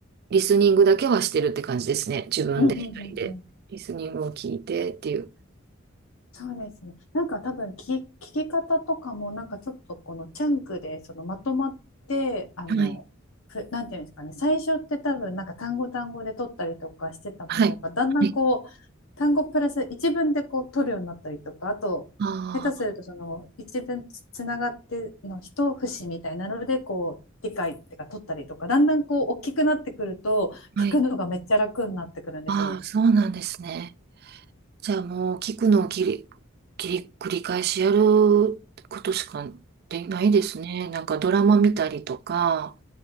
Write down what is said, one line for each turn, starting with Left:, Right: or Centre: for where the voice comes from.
Right: う、リスニングだけはしてるって感じですね。自分で一人で、
Left: うんうんうんうん。
Right: リスニングを聞いてっていう。
Left: そうですね。なんか多分聞き、聞き方とかもなんかちょっとこのチャンクでそのまとまってあのふなんていうんですかね最初って多分なんか単語単語で取ったりとかしてたものがだんだんこう単語プラス一文でこう取るようになったりとかあと下手するとその一文つ、
Right: はい。はい。はい。あ
Left: つながっての一節みたいなのでこう理解ってか取ったりとかだんだんこう大きくなってくると聞くのがめっちゃ楽になってくるんですよ。
Right: あ、はい。ああ、そうなんですね。じゃあもう、聞くのを切り、切り、繰り返しやることしかできないですね。なんかドラマ見たりとか、